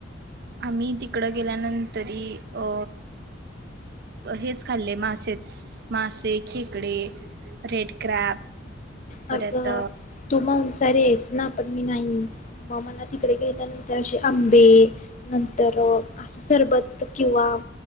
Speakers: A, on the right; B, on the left.
A: आम्ही तिकडं गेल्यानंतरी अ हेच खाल्ले मासेच, मासे खेकडे, रेड क्रॅप
B: अ
A: परत
B: तर हेस ना पण मी नाही, मग मला तिकडे गेल्यानंतर असे आंबे, नंतर असं